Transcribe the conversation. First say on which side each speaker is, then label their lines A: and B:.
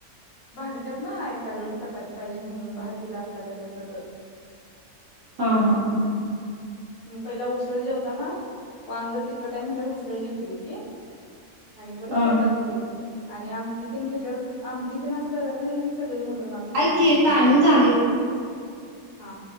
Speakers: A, on the left (about 75°); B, on the right (about 85°).
A: भांडत्यात ना एखाद वेळेस चपाती पाहिजे म्हणून भात दिला असला डब्यातन तर <inaudible>
B: हा हा हा
A: म पहिला उसळ जेवताना वांग तिकट आहे म्हटल्यावर उसळ घेतली होती आणि परत
B: अ
A: चपाती घेतली आणि आमटी तेन घेतल्यावर आमटीतन असं डब्यात नेलं की स मुलं मागत्यात
B: ऐक की
A: आमटी पाहिजे
B: टायमिंग
A: म्हणून
B: झाले बघ
A: हा